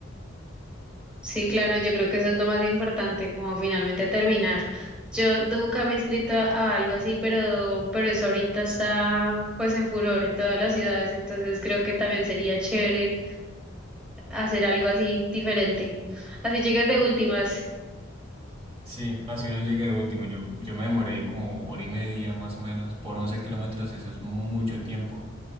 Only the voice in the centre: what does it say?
Sí, claro, yo creo que eso es lo más importante, como finalmente terminar. Yo nunca me he inscrito a algo así, pero, pero eso ahorita está pues en furor en todas las ciudades, entonces creo que también sería chévere hacer algo así diferente. Así llegues de últimas.